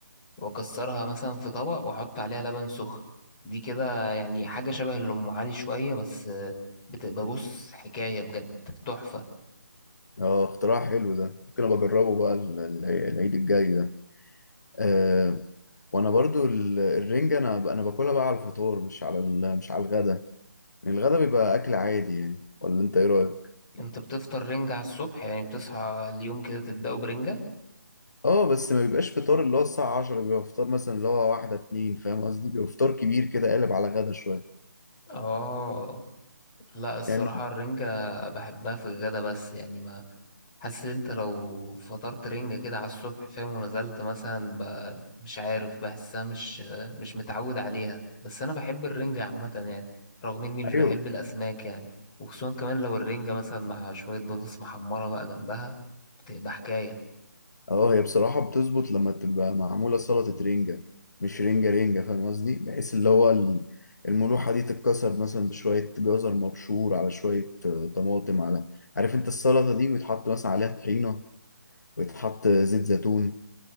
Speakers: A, on the left (about 20°); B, on the left (about 60°).
A: واكسرها مثلا في طبق واحط عليها لبن سخن دي كده يعني حاجة شبه اللي ام علي شوية بس بتبقى بص حكاية بجد تحفة
B: اه اختراع حلو ده ممكن ابقى اجربه بقى ال- ال- العيد الجاي ده أه وانا برضو ال- الرنجة انا ب- انا باكلها بقى على الفطار مش على ال- مش على الغدا يعني الغدا بيبقى اكل عادي يعني ولا انت ايه رايك
A: انت بتفطر رنجة على الصبح يعني بتصحى اليوم كده تبدأه برنجة
B: اه بس ما بيبقاش فطار اللي هو الساعه 10 بيبقى فطار مثلا اللي هو واحده اتنين فاهم قصدي بيبقى فطار كبير كده قالب على غدا شويه
A: اه لا الصراحة
B: يعني
A: الرنجة بحبها في الغدا بس يعني ما حاسس انت لو فطرت رنج كده على الصبح فاهم ونزلت مثلا ب- مش عارف بحسها مش مش متعود عليها بس انا بحب الرنجة عامة يعني رغم اني مش بحب
B: ايوه
A: الاسماك يعني وخصوصا كمان لو الرنجة مثلا مع شوية بطاطس محمرة بقى جنبها بتبقى حكاية
B: اه هي بصراحه بتظبط لما تبقى معموله سلطه رنجه مش رنجه رنجه فاهم قصدي بحيث اللي هو ال- الملوحه دي تتكسر مثلا بشويه جزر مبشور على شويه آه، طماطم على عارف انت السلطه دي ويتحط مثلا عليها طحينه ويتحط زيت زيتون